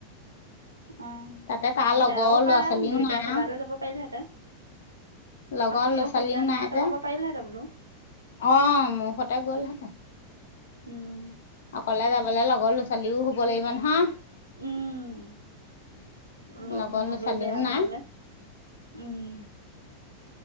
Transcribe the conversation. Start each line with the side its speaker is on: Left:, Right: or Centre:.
Left: <inaudible>
Right: অ
Left: তাতে তাৰ লগৰ
Right: বেয়াও পায়
Left: ল'ৰা ছোৱালীও
Right: দুইটা
Left: নাই।
Right: থকা হলে যাব পাৰিলেহেঁতেন
Left: লগৰ
Right: আপুনি
Left: ল'ৰা
Right: অসুবিধা
Left: ছোৱালীও
Right: নোহোৱাতে
Left: নাই যে।
Right: যাব পাৰিলেহেঁতেন বোলো
Left: অ', মোৰ সতে গ'লহেঁতেন।
Right: উম।
Left: অকলে যাবলে লগৰ ল'ৰা ছোৱালীও হ'ব লাগিব নহয়।
Right: উম লগ
Left: লগৰ
Right: নহ'লেও
Left: ল'ৰা ছোৱালীও
Right: বেয়া
Left: নাই
Right: যাবলৈ, উম।